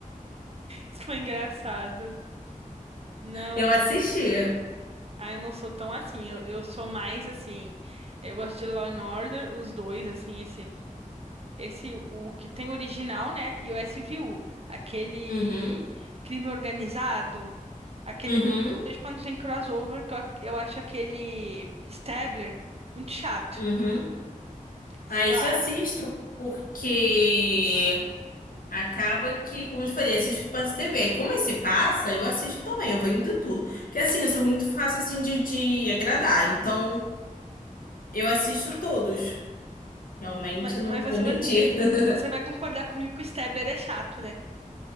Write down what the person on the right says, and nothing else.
isso foi engraçado. Não,
eu,
ah, eu não sou tão assim. Eu, eu sou mais assim. Eu gosto de Law and Order, os dois, assim, esse Esse, o que tem original, né? E o S SVU, aquele
crime organizado, aquele.
de vez em Quando tem crossover, que eu eu acho aquele Stabler muito chato.
Sei
lá.
Ma-
Mas, você
vai, con-
você vai concordar comigo que o Stabler é chato, né?